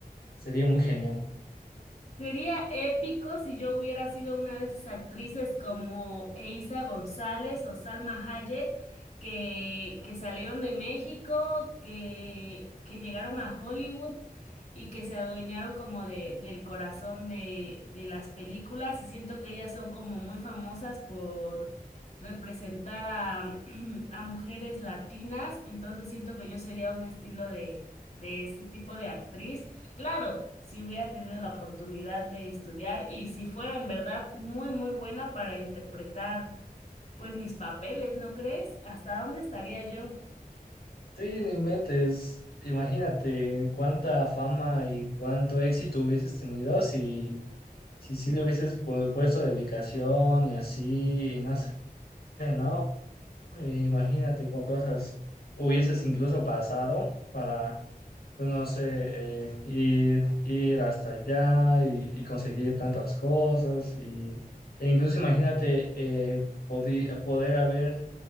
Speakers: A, on the left; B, on the left.
A: sería muy genial.
B: Sería épico si yo hubiera sido una de esas actrices como Eiza González o Salma Hayek que, que salieron de México, que, que llegaron a Hollywood y que se adueñaron como de, del corazón de, de las películas y siento que ellas son como muy famosas por representar a, <clears throat> a mujeres latinas, entonces siento que yo sería un estilo de, de ese tipo de actriz. Claro, si hubiera tenido la oportunidad de estudiar y si fuera en verdad muy, muy buena para interpretar pues mis papeles, ¿no crees? ¿Hasta dónde estaría yo?
A: Sí, no inventes. Imagínate cuánta fama y cuánto éxito hubieses tenido si, si sí le hubieses pu- puesto dedicación y así, y no sé, ¿no? Eh, imagínate con cosas hubieses incluso pasado para, pues no sé, eh, ir, ir hasta allá y, y conseguir tantas cosas. Y, e incluso imagínate eh, podi- poder haber,